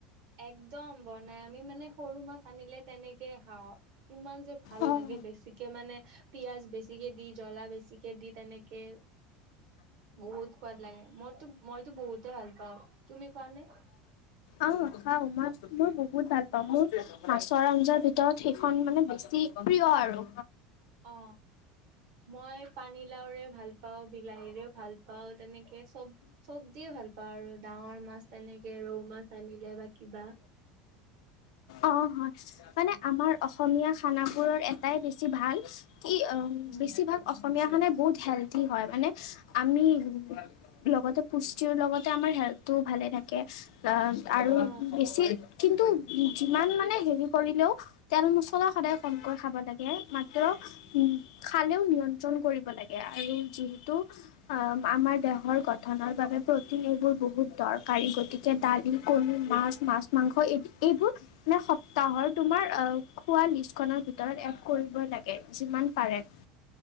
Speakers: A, on the right; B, on the left.
A: একদম বনাই, আমি মানে সৰু মাছ আনিলে তেনেকে খাওঁ। ইমান যে ভাল
B: অঁ
A: লাগে, বেছিকে মানে পিয়াজ বেছি। বেছিকে দি জ্বলা বেছিকে দি তেনেকে বহুত সোৱাদ লাগে মই টো। মইতো বহুতে ভাল পাওঁ। তুমি খোৱা নে
B: অ' খাও মই-মই বহুত ভাল মোৰ মাছৰ আঞ্জাৰ ভিতৰত সেইখন মানে বেছি প্ৰিয় আৰু,।
A: অ, মই পানীলাওৰে ভাল। পাওঁ বিলাহীৰেও, ভাল পাওঁ তেনেকে চব-চব দিয়ে ভাল পাওঁ আৰু ডাঙৰ মাছ। তেনেকে ৰৌ মাছ আনিলে বা কিবা,।
B: অ, হয় মানে, আমাৰ অসমীয়া খানাবোৰৰ এটাই বেছি ভাল কি অ
A: উম
B: বেছি,। ধ অসমীয়া খানাই বহুত হেল্ডি হয়, মানে আমি। লগতে পুষ্টিৰিৰ লগতে আমাৰ হেল্থটো ভালে থাকে অ আৰু
A: অ
B: বেছি,। কিন্তু, যিমান মানে হেৰি কৰিলেও তেল মছলা সদায় কমকৈ খাব লাগে। মাত্ৰ উ খালেও নিয়ন্ত,। কৰিব লাগে আৰু যিহেতু,। অ', মাৰ দেহৰ গঠনৰ বাবে প্ৰটিন এইবোৰ বহুত দৰকাৰী, গতিকে দালি কণ। মাছ, মাছ-মাংস এই এইবোৰ। <unintelligible> তম খ ভ, <inaudible>